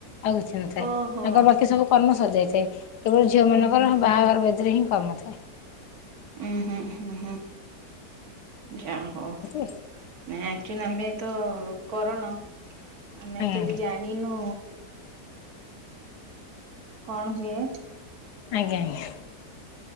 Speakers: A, on the left; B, on the right.
A: ଆଉ କିଛି ନଥାଏ
B: ଓହୋ
A: ତାଙ୍କ ବାକି ସବୁ କର୍ମ ସରିଯାଇ ଥାଏ କେବଳ ଝିଅମାନଙ୍କର
B: ଉୁଁ ହୁଁ
A: ହଁ ବାହାଘର ବେଦିରେ ହିଁ କାମ ଥାଏ।
B: ହୁଁ ହୁଁ ହୁଁ ହୁଁ ଯା ହଉ।
A: ଏମିତି
B: ନାଇଁ ଆକ୍ଚୁଆଲି ଆମେ ତ କରଣ ଆମେ
A: ଆଜ୍ଞା
B: ଏକ୍ଟୁଲି ଜାଣିନୁ। କଣ ହୁଏ।
A: ଆଜ୍ଞା ଆଜ୍ଞା।